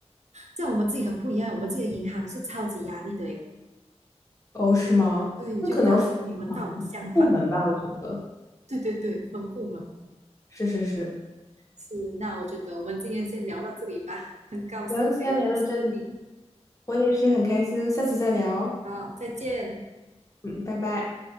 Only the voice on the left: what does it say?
哦，是吗？
那可能分行部门吧，
我觉得
是是是。
行，先聊到这里，我也是很开心，下次再聊。
嗯，拜拜。